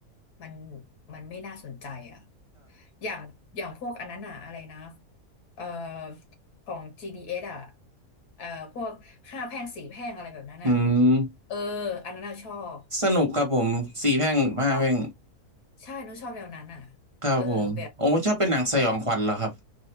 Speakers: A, on the left (about 80°); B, on the right (about 25°).
A: มันมันไม่น่าสนใจอ่ะอย่างอย่างพวกอันนั้นอะอะไรนะเอ่อของ GDS อสอ่ะเอ่อพวกห้าแพร่งสี่แพร่งอะไรแบบนั้นอ่ะ
B: อืม
A: เอออันนั้นอะชอบ
B: สนุกครับผมสี่แพร่งห้าแพร่ง
A: ชอบใช่หนูชอบแนวนั้นอ่ะ
B: ครับผมโอ้ชอบเป็นหนังสยองขวัญเหรอครับ
A: เออแบบ